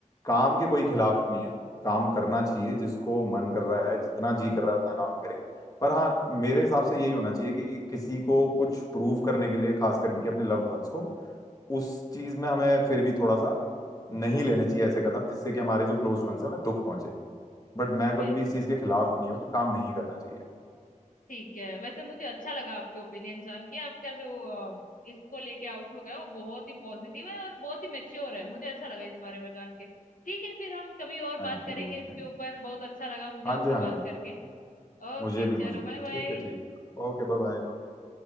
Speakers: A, on the left; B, on the left.
A: काम के कोई खिलाफ नहीं है काम करना चाहिए जिसको मन कर रहा है जितना जी कर रहा है उतना काम करे पर हाँ मेरे हिसाब से यही होना चाहिए कि किसी को कुछ प्रूव करने के लिए खास करके अपने लव्ड वंस को उस चीज में हमें फिर भी थोड़ा सा नहीं लेने चाहिए ऐसे कदम जिससे कि हमारे जो क्लोज्ड वंस हैं उन्हें दुख पहुंचे बट मैं कभी
B: बिल्कुल
A: भी इस चीज के खिलाफ नहीं हूँ कि काम नहीं करना चाहिए
B: ठीक है वैसे मुझे अच्छा लगा आपके ओपिनियन जान के आपका जो अ, इसको लेके आउटलुक है वो बहुत ही पॉजिटिव है और बहुत ही मेच्योर है मुझे अच्छा लगा इस बारे में जान के ठीक है फिर हम कभी और
A: थैंक
B: बात करेंगे
A: यू
B: इसके
A: थैंक
B: ऊपर बहुत अच्छा लगा मुझे
A: यू
B: आपसे
A: हाँ जी हाँ
B: बात
A: जी हाँ
B: करके ओके
A: मुझे भी
B: चलो
A: मुझे भी
B: बाय बाय
A: ठीक है ठीक है ओके बाय बाय